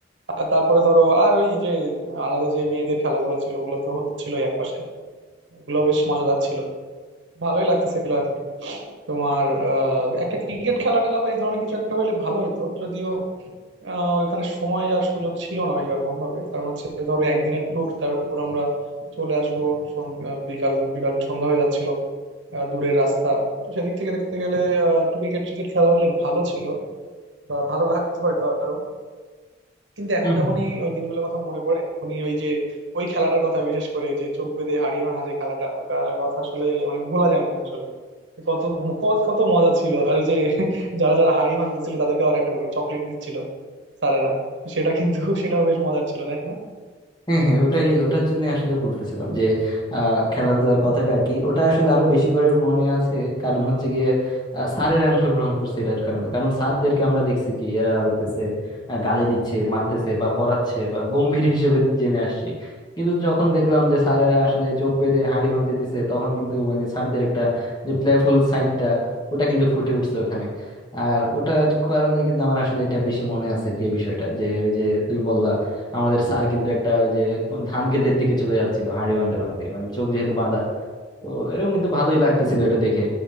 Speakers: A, on the right (about 75°); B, on the left (about 25°).
A: আর তারপরে ধরো আর ওই যে আলাদা যে মেয়েদের খেলাগুলো ছিল ওগুলো তো হচ্ছিল একপাশে ওগুলো বেশ মজাদার ছিল ভালোই লাগতেছিল আর কি তোমার আহ, একটা ক্রিকেট খেলা টেলা বা এই ধরনের কিছু একটা হইলে ভালো হইতো যদিও আহ, ওইখানে সময় আর সুযোগ ছিল না এরকম ভাবে কারণ হচ্ছে ধরো একদিনের ট্যুর তার উপর আমরা চলে আসবো সন- আহ, বিকাল বিকাল সন্ধ্যা হয়ে যাচ্ছিল আহ, দূরের রাস্তা তো সেদিক থেকে দেখতে গেলে আহ, একটু ক্রিকেট ক্রিকেট খেলা হলে ভালো ছিল বা ভালো লাগতো হয়তো আরো কিন্তু এখন
B: হুম
A: যখনই ওই দিনগুলোর কথা মনে পড়ে তখনই ওই যে ওই খেলাটার কথা বিশেষ করে যে চোখ বেঁধে হাড়ি ভাঙা যে খেলাটা ওটার কথা আসলে মানে ভোলা যায় না আসলে কত কত কত মজা ছিল আর ওই যে <laughs> যারা যারা হাড়ি ভাঙতেছিল তাদেরকে আবার একটা করে চকলেট দিচ্ছিল স্যারেরা সেটা কিন্তু <laughs> সেটাও বেশ মজার ছিল তাই না
B: হ্যাঁ হ্যাঁ ওটাই ওটার জন্য আসলে বলতেছিলাম যে আহ, খেলাধুলার কথাটা আর কি ওটা আসলে আরো বেশি করে মনে আছে কারণ হচ্ছে গিয়ে আহ, স্যারের অংশগ্রহণ করছে এটার কারণে কারণ স্যারদেরকে আমরা দেখছি কি এরা হইতেছে আহ, গালি দিচ্ছে মারতেছে বা পড়াচ্ছে বা গম্ভীর হিসেবে জেনে আসছি কিন্তু যখন দেখলাম যে স্যারেরা আসলে চোখ বেঁধে হাঁড়ি ভাঙতে দিছে তখন কিন্তু মানে স্যারদের একটা যে প্লেফুল সাইডটা ওটা কিন্তু ফুটে উঠছে ওখানে আর ওটার কারণে কিন্তু আমার আসলে এটা বেশি মনে আছে এই বিষয়টা যে ওই যে তুমি বললা আমাদের স্যার কিন্তু একটা ওই যে ধান ক্ষেতের দিকে চলে যাচ্ছিল হাঁড়ি ভাঙতে ভাঙতে মানে চোখ যেহেতু বাঁধা তো এরকম কিন্তু ভালোই লাগতেছিল এটা দেখে